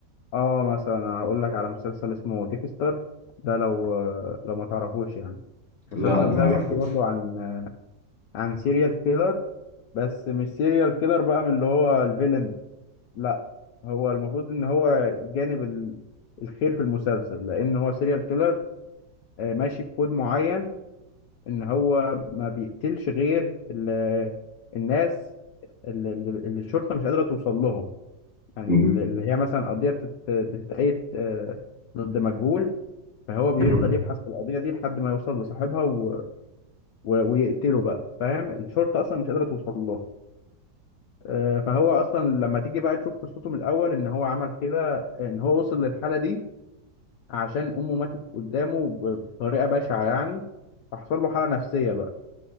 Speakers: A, on the left (about 80°); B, on the left (about 40°).
A: اه مثلا هقول لك على مسلسل اسمه ديكستر ده لو لو ما تعرفوش يعني المسلسل
B: لا ما
A: ده بيحكي
B: أعرفوش
A: برضه عن عن سيريال كيلر بس مش سيريال كيلر بقى من اللي هو الفيلن لا هو المفروض ان هو جانب ال... الخير في المسلسل لان هو سيريال كيلر ماشي بكود معين ان هو ما بيقتلش غير ال- الناس اللي اللي- اللي الشرطه مش قادره توصل لهم يعني
B: مم.
A: اللي اللي هي مثلا قضيه بتت- بتتقيد آه، ضد مجهول فهو بيفضل
B: مم.
A: يبحث في القضيه دي لحد ما يوصل لصاحبها و... و... ويقتله بقى فاهم الشرطه اصلا مش قادره توصل له آه، فهو اصلا لما تيجي بقى تشوف قصته من الاول ان هو عمل كده آه، ان هو وصل للحاله دي عشان امه ماتت قدامه بطريقه بشعه يعني فحصل له حاله نفسيه بقى